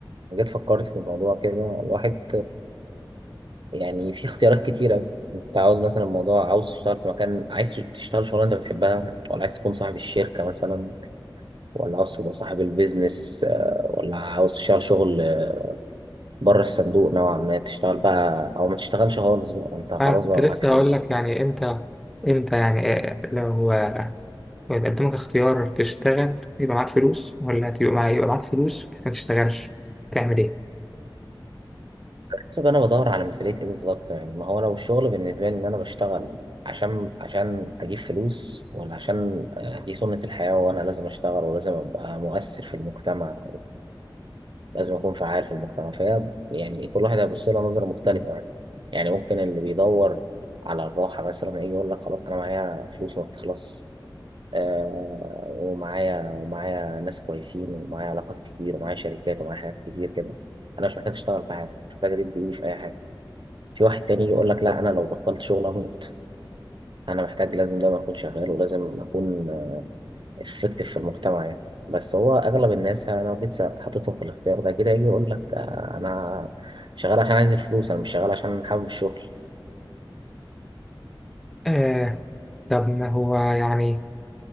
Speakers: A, on the right; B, in the centre.
A: جيت فكرت في الموضوع كده الواحد يعني في اختيارات كتيرة انت عاوز مثلا موضوع عاوز تشتغل في مكان عايز تشتغل شغلانة انت بتحبها ولا عايز تكون صاحب الشركة مثلا ولا عاوز تبقى صاحب البيزنس آه، ولا عاوز تشتغل شغل آه، بره الصندوق نوعا ما تشتغل بقى او ما تشتغلش خالص بقى انت خلاص
B: فكنت
A: بقى
B: لسه
A: معاك فلوس
B: هقول لك يعني انت انت يعني آه، لو آه، لو قدامك اختيار تشتغل يبقى معاك فلوس ولا تبقى معاك يبقى معاك فلوس بس ما تشتغلش تعمل ايه؟
A: حسب انا بدور على مثالية ايه بالظبط يعني ما هو لو الشغل بالنسبة لي ان انا بشتغل عشان عشان اجيب فلوس ولا عشان آه، دي سنة الحياة وانا لازم اشتغل ولازم ابقى مؤثر في المجتمع لازم أكون فعال في المجتمع فهي يعني كل واحد هيبص لها نظرة مختلفة يعني يعني ممكن اللي بيدور على الراحة مثلا يجي يقول لك خلاص أنا معايا فلوس ما بتخلص آه ومعايا ومعايا ناس كويسين ومعايا علاقات كتير ومعايا شركات ومعايا حاجات كتير كده أنا مش محتاج أشتغل في حاجة مش محتاج أدب إيدي في أي حاجة في واحد تاني يقول لك لا أنا لو بطلت شغل أموت أنا محتاج لازم دايما أكون شغال ولازم أكون افكتيف في المجتمع يعني بس هو اغلب الناس يعني، أنا لو جيت س- حطيتهم في الاختيار ده كده يجي يقول لك آه، انا شغال عشان عايز الفلوس انا مش شغال عشان حابب الشغل
B: آه طب ما هو يعني